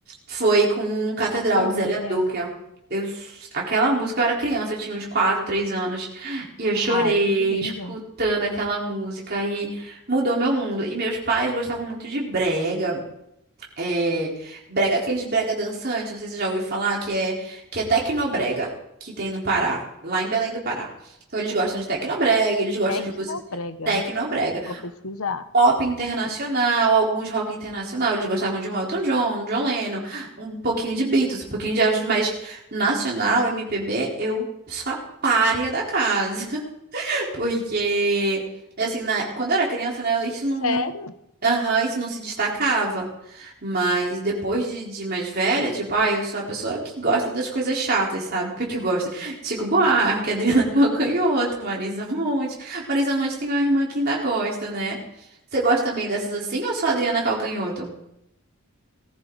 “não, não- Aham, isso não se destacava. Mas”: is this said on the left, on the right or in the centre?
Right